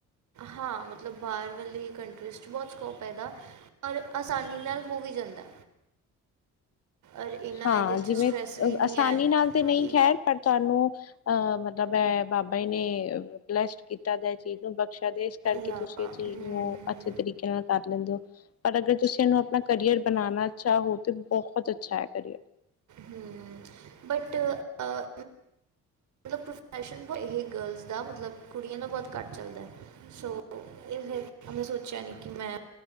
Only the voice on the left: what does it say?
ਹਾਂ
ਜਿਵੇਂ
ਆਸਾਨੀ
ਨਾਲ ਤੇ ਨਹੀਂ
ਖੈਰ ਪਰ ਤੁਹਾਨੂੰ ਅਹ ਮਤਲਬ ਐ ਬਾਬਾ ਜੀ ਨੇ ਬਲੈਸਡ ਕੀਤਾ ਦਾ ਚੀਜ਼ ਨੂੰ ਬਖਸ਼ਾ ਦੇ ਕਰਕੇ
ਤੁਸੀਂ
ਇਹ ਚੀਜ਼ ਨੂੰ ਤਰੀਕੇ ਨਾਲ ਕਰ ਲੈਂਦੇ ਹੋ ਪਰ ਅਗਰ ਤੁਸੀਂ ਇਹਨੂੰ ਆਪਣਾ ਕਰੀਅਰ ਬਣਾਣਾ ਚਾਹੋ ਤੇ ਬਹੁਤ ਅੱਛਾ ਐ ਕਰੀਏ।